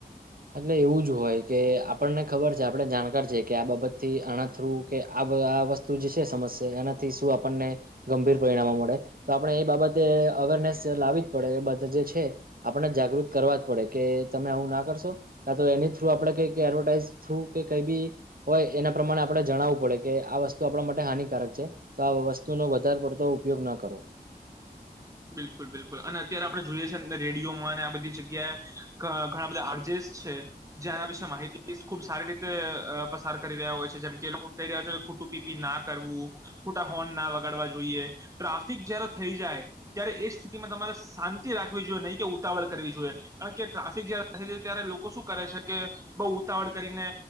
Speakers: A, on the right (about 65°); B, on the right (about 20°).
A: એટલે એવું જ હોય કે આપણને ખબર છે આપણે જાણકાર છે કે આ બાબતથી આના થ્રુ કે આ આ વસ્તુ જે છે સમસ્યા એનાથી શું આપણને ગંભીર પરિણામો મળે તો આપણે એ બાબતે અવેરનેસ લાવી જ પડે એ બા જે છે આપણને જાગૃત કરવા જ પડે કે તમે આવું ના કરશો. કા તો એની થ્રુ આપણે ક એડવર્ટાઈઝ થ્રુ કે કઈ બી હોય એના પ્રમાણે આપણે જણાવવું પડે કે આ વસ્તુ આપણા માટે હાનિકારક છે તો આ વસ્તુનો વધારે પડતો ઉપયોગ ના કરો.
B: બિલકુલ બિલકુલ અને અત્યારે આપણે જોઈએ છેએ રેડિયોમાં અને આ બધી જગ્યાએ ઘ ઘણા બધા આર્જેસ છે જેના વિશે માહિતી ખૂબ સારી રીતે પસાર કરી રહ્યા હોય છે જેમ કે એ લોકો કહી રહ્યા છે કે ખોટું પીપી ના કરવું ખોટા હોર્ન ના વગાડવા જોઈએ ટ્રાફિક જય્યારે થઈ જાય. ત્યારે એ સ્થિતિમાં તમારે શાંતિ રાખવી જોઈએ નહી કે ઉતાવળ કરવી જોઈએ કારણ કે ટ્રાફિક જયારે થય જાય ત્યારે લોકો શું કરે છે કે બહુ ઉતાવળ કરીને